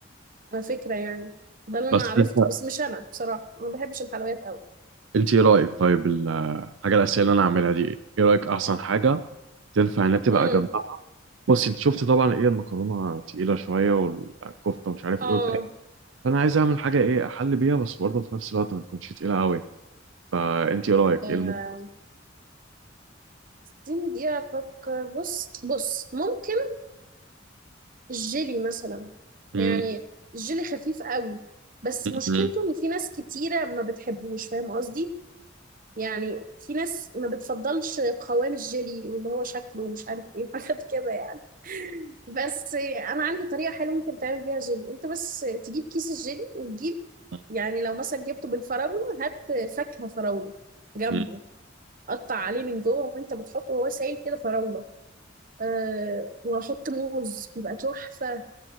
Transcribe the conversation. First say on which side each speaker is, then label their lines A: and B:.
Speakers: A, on the right; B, on the right.
A: على فكرة يعني ده اللي
B: بس
A: أنا عرفت
B: انت
A: بس مش أنا بصراحة أنا ما بحبش الحلويات أوي
B: انت ايه رايك طيب الحاجه الاساسيه اللي انا اعملها دي ايه إيه رايك احسن حاجه تنفع انها تبقى
A: امم
B: جنبها بص انت شفت طبعا ايه المكرونه تقيله شويه والكفته مش عارف
A: آه
B: ايه فانا عايز اعمل حاجه ايه احل بيها بس برضه في نفس الوقت ما تكونش تقيله قوي فانت ايه رايك
A: آه،
B: ايه اللي ممكن
A: اديني دقيقة أفكر بص بص ممكن الجيلي مثلا
B: مم.
A: يعني الجيلي خفيف قوي بس مشكلته
B: مم.
A: إن في ناس كتيرة ما بتحبوش فاهم قصدي؟ يعني في ناس ما بتفضلش قوام الجيلي واللي هو شكله ومش عارف ايه <laughs> حاجات كده يعني بس انا عندي طريقه حلوه ممكن تعمل بيها جيلي انت بس تجيب كيس الجيلي وتجيب
B: <laughs>
A: يعني لو مثلا جبته بالفراوله هات فاكهه فراوله جنبه
B: مم.
A: قطع عليه من جوه وانت بتحطه وهو سايل كده فراوله أه وحط موز يبقى تحفه